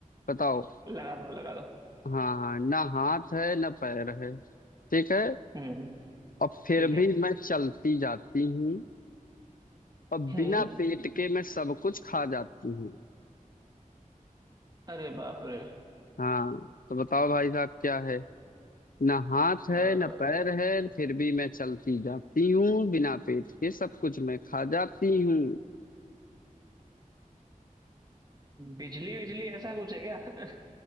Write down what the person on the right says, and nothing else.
लगा दो लगा दो
हम्म
ठीक है
हम्म
अरे बाप रे
अ,
बिजली बिजली ऐसा कुछ है क्या <laughs>